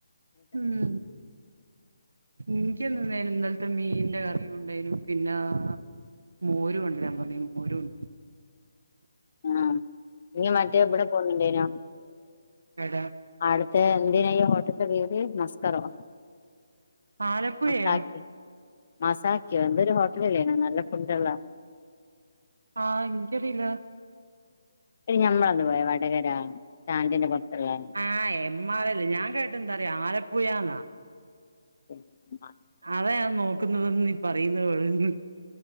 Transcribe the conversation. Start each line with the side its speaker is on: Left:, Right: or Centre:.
Right: മ് ഇനിക്ക്‌ന്ന് വേലും ഇന്നല്ത്തെ മീൻന്റെകറിയുംണ്ടായ്നു പിന്നാ മോര് കൊണ്ടാരാൻ പറഞ്ഞിന്നു മോരും
Left: ആ നീ മറ്റേബ്ടെ പോന്ന്ണ്ടേനോ
Right: എടേ
Left: ആട്ത്തെ എന്തിനയ്യൊ ഹോട്ട്ത്തെ വീദ് മസ്‌കറോ
Right: ആലപ്പുഴയോ
Left: മസാക്കി മസാക്ക്യോ എന്തോരു ഹോട്ടലില്ലേനോ നല്ല ഫുഡ്ള്ള
Right: ആ നിക്കറീയില
Left: എടി ഞമ്മളന്ന് പോയ വടകര സ്റ്റാന്റിന്റെ പൊറ്ത്തുള്ളേ
Right: ആ എം ആറല് ഞാൻ കേട്ടന്താ റിയോ ആലപ്പുഴന്നാ
Left: എൻ മാ
Right: അതാ ഞാ നോക്കുന്നതെന്ന് നീ പറയുന്നത് വേറൊന്ന്